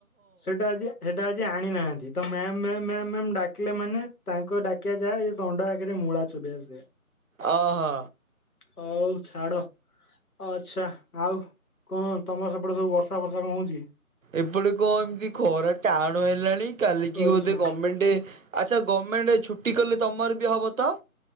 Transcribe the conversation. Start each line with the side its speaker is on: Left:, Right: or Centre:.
Left: ସେଟା ଆଜି ହେଟା ଆଜି ଆଣିନାହାନ୍ତି। ତ ମ୍ୟାମ ମ୍ୟାମ ମ୍ୟାମ ମ୍ୟାମ ଡାକିଲା ମାନେ ତାଙ୍କ ଡାକିବା ଯାହା ନଣ୍ଡା ଆଗରେ ମୂଳା ଚୋବେଇବା ସେଇଆ।
Right: ଓ ହୋ।
Left: ହଉ ଛାଡ ଆଚ୍ଛା ଆଉ କଣ ତମର ସେପଟେ ସବୁ ବର୍ଷା ଫର୍ଷା କଣ ହଉଚି?
Right: ଏପଟେ କଣ ଏମିତି ଖୋରା ଟାଣ ହେଲାଣି। କାଲିି କି
Left: ଆଚ୍ଛା।
Right: ବୋଧେ ଗମେଣ୍ଟ୍ ଆଛ ଗମେଣ୍ଟ୍ ଛୁଟି କା ଛୁଟି କଲେ ତମର ବି ହବ ତ?